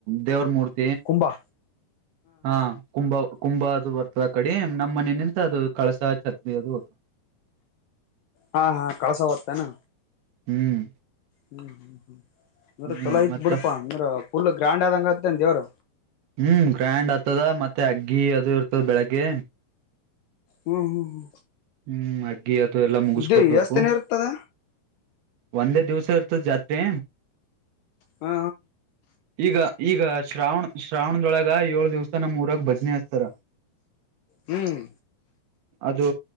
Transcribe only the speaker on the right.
ದೇವ್ರ ಮೂರ್ತಿ
ಹಾ ಕುಂಬ ಕುಂಭ ಅದು ಬರ್ತದ ಆ ಕಡೆ ನಮ್ಮ್ ಮನ ನಿ ಮತ್ತ ಅದು ಕಳಸ ಛತ್ರಿ ಅದುದು
ಹ್ಮ್
ಹ್ಮ್
ಮತ್ತ
ಹ್ಮ್ ಗ್ರ್ಯಾಂಡ್ ಆಗ್ತದ ಮತ್ತೆ ಅಗ್ಗಿ ಅದು ಇರ್ತದ ಬೆಳಗ್ಗೆ
ಹ್ಮ್ ಅಗ್ಗಿ ಅದು ಎಲ್ಲ ಮುಗಿಸಕೋಬೇಕು
ಪಂದರ ದಿವಸ ಅತ ಜತ್ರೆ
ಈಗ ಈಗ ಶ್ರಾವಣ ಶ್ರಾವಣದೊಳಗ ಏಳ ದಿವ್ಸ ನಮ್ಮ್ ಊರಾಗ ಭಜನೆ ಹಕ್ತಾರ
ಅದು